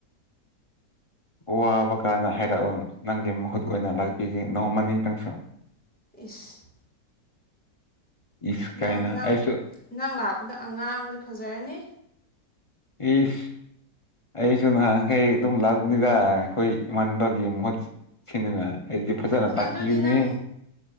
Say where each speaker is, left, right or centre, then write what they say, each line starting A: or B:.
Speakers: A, on the left; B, in the centre.
A: ꯋꯥꯕ ꯀꯥꯟꯗ ꯍꯥꯏꯔꯛꯑꯣ ꯅꯪꯒꯤ ꯃꯍꯨꯠ ꯑꯣꯏꯅ ꯂꯥꯛꯄꯤꯒꯦ ꯅꯣꯡ ꯃꯅꯤꯡꯇꯪꯁꯨ
B: ꯏꯁ
A: ꯏꯁ
B: ꯅꯪ
A: ꯀꯥꯏꯅ
B: ꯅꯪ
A: ꯑꯩꯁꯨ
B: ꯅꯪ ꯂꯥꯛꯄꯗ ꯑꯉꯥꯡꯗꯤ ꯐꯖꯔꯅꯤ
A: ꯏ ꯑꯩꯁꯨ ꯅꯍꯥꯟꯈꯩ ꯑꯗꯨꯝ ꯂꯥꯛꯄꯅꯤꯗ ꯑꯩꯈꯣꯏ ꯏꯃꯥꯟꯅꯕꯒꯤ ꯃꯍꯨꯠ ꯁꯤꯅꯤꯅ ꯑꯩꯗꯤ ꯐꯖꯅ ꯇꯥꯛꯄꯤꯌꯨꯅꯦ
B: ꯑꯗꯨꯗꯤ ꯅꯪ